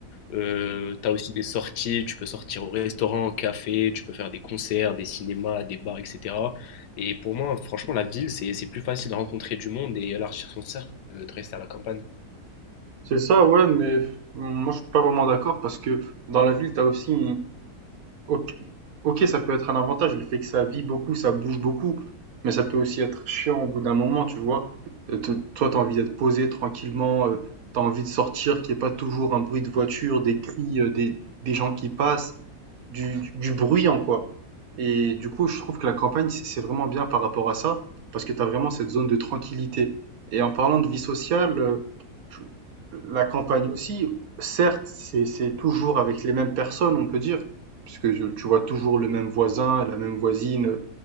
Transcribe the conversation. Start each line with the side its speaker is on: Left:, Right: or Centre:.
Left: Euh, tu as aussi des sorties, tu peux sortir au restaurant, au café, tu peux faire des concerts, des cinémas, des bars, etc. Et pour moi, franchement, la ville, c'est c'est plus facile de rencontrer du monde et élargir son cercle que de rester à la campagne.
Right: C'est ça, ouais, mais f- moi, je suis pas vraiment d'accord parce que dans la ville, tu as aussi Ok, ok, ça peut être un avantage, le fait que ça vit beaucoup, ça bouge beaucoup, mais ça peut aussi être chiant au bout d'un moment, tu vois. Euh, te- Toi, t'as envie d'être posé tranquillement, euh, t'as envie de sortir, qu'il n'y ait pas toujours un bruit de voiture, des cris, euh, des, des gens qui passent du, du, du bruyant, quoi. Et du coup, je trouve que la campagne, c'est c'est vraiment bien par rapport à ça, parce que tu as vraiment cette zone de tranquillité. Et en parlant de vie sociale, euh, je- la campagne aussi, certes, c'est c'est toujours avec les mêmes personnes, on peut dire, puisque je- tu vois toujours le même voisin, la même voisine, euh,